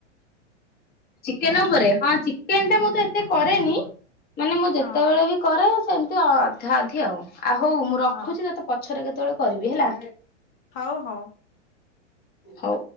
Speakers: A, on the left; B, on the left.
A: ଚିକେନ ଉପରେ ହଁ ଚିକେନ ଟା ମୁଁ ତ ଏତେ କରେନି ମାନେ ମୁଁ ଯେତେବେଳେ
B: ହଁ
A: ବି କରେ ସେମିତି ଅଧା ଅଧି ଆଉ। ଆଉ ହଉ ମୁଁ ରଖୁଛି
B: ହଁ
A: ତତେ ପଛରେ କେତେବେଳେ କରିବି ହେଲା।
B: ହଉ ହଉ।
A: ହଉ।